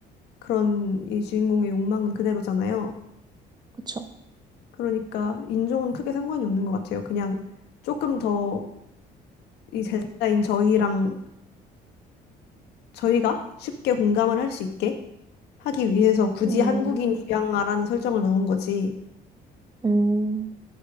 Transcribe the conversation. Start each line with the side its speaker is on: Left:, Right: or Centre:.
Left: 그런 이 주인공의 욕망은 그대로잖아요.
Right: 그쵸?
Left: 그러니까 인종은 크게 상관이 없는 것 같아요. 그냥 조금 더 이 제자인 저희랑 저희가 쉽게 공감을 할 수 있게 하기 위해서 굳이
Right: 음,
Left: 한국인 입양아라는 설정을 넣은 거지.
Right: 음.